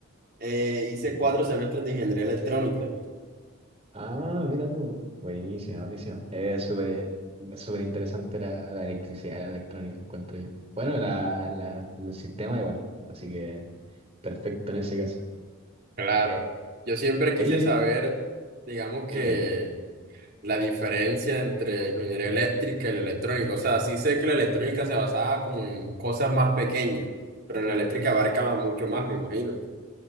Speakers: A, on the right; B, on the right.
A: eh, hice
B: Mm.
A: cuatro semestres de ingeniería electrónica.
B: Ah, mira tú. Buenísima, buenísima. Es súper, súper interesante la, la electricidad, la electrónica, encuentro yo. Bueno, la, la- el sistema igual. Así que perfecto en ese caso.
A: Claro, yo siempre quise
B: Oye,
A: saber, digamos
B: dime,
A: que
B: digo.
A: la diferencia entre ingeniería eléctrica y la electrónica. O sea, sí sé que la electrónica se basaba como en cosas más pequeñas, pero en la eléctrica abarcaba mucho más, me imagino.